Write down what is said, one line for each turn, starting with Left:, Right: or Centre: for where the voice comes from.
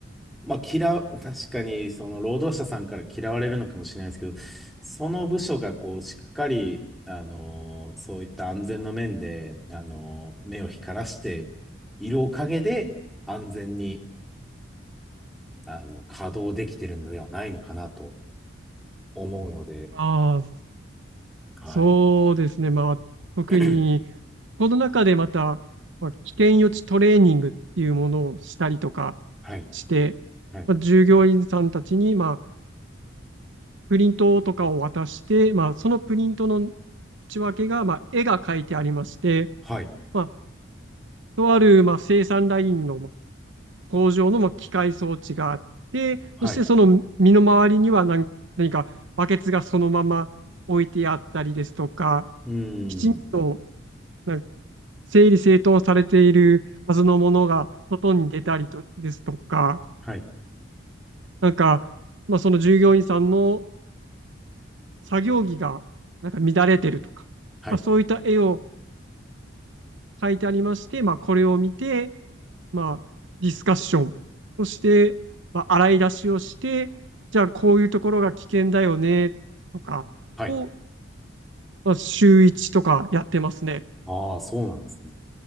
Centre: まあ嫌う、確かにその労働者さんから嫌われるのかもしれないですけど、その部署がこうしっかり、あのーそういった安全の面で、あのー目を光らしているおかげで安全に、あの、稼働できてるのではないのかなと思うので、
Right: ああ、
Centre: はい。
Right: そうですね。まあ、特に、
Centre: <clears throat>
Right: この中でまた、まあ、危険予知トレーニングっていうものをしたりとか
Centre: はい。
Right: して、
Centre: はい。
Right: まあ、従業員さんたちに、まあ、プリントとかを渡して、まあ、そのプリントの内訳が、まあ、絵が描いてありまして、
Centre: はい。
Right: まあ、とある、まあ、生産ラインの工場のまあ機械装置があって、
Centre: はい。
Right: そしてその身の回りには何、何かバケツがそのまま置いてあったりですとか、
Centre: うーん。
Right: きちんとなんか整理整頓されているはずのものが外に出たりとですとか、
Centre: はい。
Right: なんか、まあ、その従業員さんの作業着がなんか乱れてるとか、
Centre: はい。
Right: まあ、そういった絵を描いてありまして、まあ、これを見て、まあ、ディスカッションをして、まあ、洗い出しをして、じゃあこういうところが危険だよね、とかを、
Centre: はい。
Right: まあ、週1とかやってますね。
Centre: ああ、そうなんですね。